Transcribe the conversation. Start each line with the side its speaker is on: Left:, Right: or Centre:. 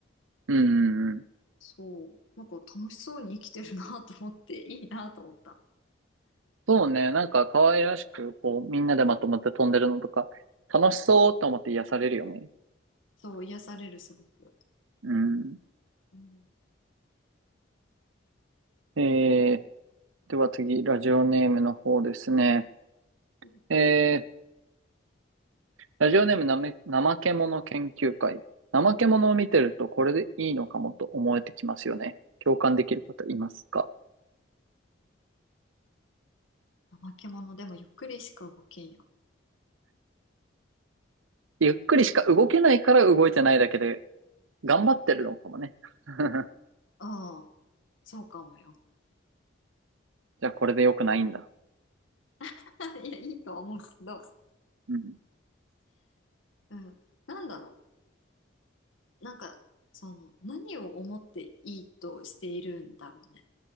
Right: うん、うんうん。
Left: そう、なんか楽しそうに生きてるなと思って、いいなと思ったの。
Right: そうね。なんか可愛らしく、こう、みんなでまとまって飛んでるのとか、楽しそうって思って癒されるよね。
Left: うん。そう、癒される、すごく。
Right: うん。
Left: うん。
Right: えーでは次、ラジオネームの方ですね。
Left: うん
Right: えー、ラジオネームなめ、怠け者研究会。怠け者を見てるとこれでいいのかもと思えてきますよね。共感できる方いますか
Left: 怠け者でもゆっくりしか動けんよ。
Right: ゆっくりしか動けないから動いてないだけで、頑張ってるのかもね。<laughs>
Left: ああ、そうかもよ。
Right: じゃあこれで良くないんだ。
Left: <laughs> いや、いいとは思うけど、
Right: うん。
Left: うん。なんだろう。なんか、その、何を思っていいとしているんだろうね。